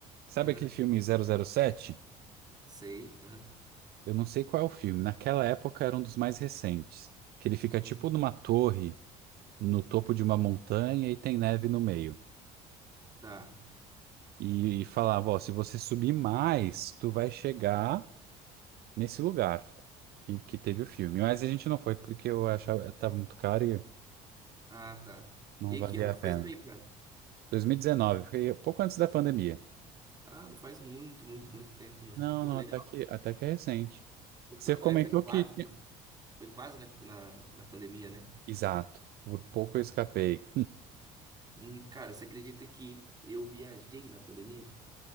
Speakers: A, on the right (about 55°); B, on the right (about 20°).
A: sabe
B: Aham.
A: aquele filme zero zero sete
B: Sei, aham.
A: Eu não sei qual é o filme. Naquela época era um dos mais recentes. Que ele fica
B: Uhum.
A: tipo numa torre, no topo de uma montanha e tem neve no meio.
B: Tá.
A: E, e falava, ó, se você subir mais, tu vai chegar nesse lugar que, que teve o filme. Mas a gente não foi porque eu achava tava muito caro e
B: Ah, tá.
A: não
B: E aí,
A: valia
B: que ano
A: a
B: que
A: pena.
B: foi isso aí, cara?
A: 2019, foi pouco antes da pandemia.
B: Ah, não faz muito, muito, muito tempo, não.
A: Não,
B: Pô,
A: não,
B: legal.
A: até que, até que é recente.
B: Pô, que
A: Você
B: tal?
A: comentou
B: É, foi quase,
A: que... tinha-
B: foi quase na, na, na pandemia, né?
A: Exato. Por pouco eu escapei.
B: Hum, cara, você acredita que eu viajei na pandemia?